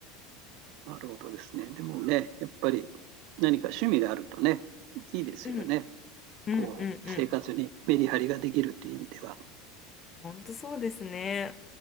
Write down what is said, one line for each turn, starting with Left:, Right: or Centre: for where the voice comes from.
Right: なるほどですね。でもね、やっぱり何か趣味があるとね、いいですよね。
Left: <laughs> うん、うん、
Right: こう、
Left: うん、うん。
Right: 生活にメリハリができるっていう意味では。
Left: 本当そうですね。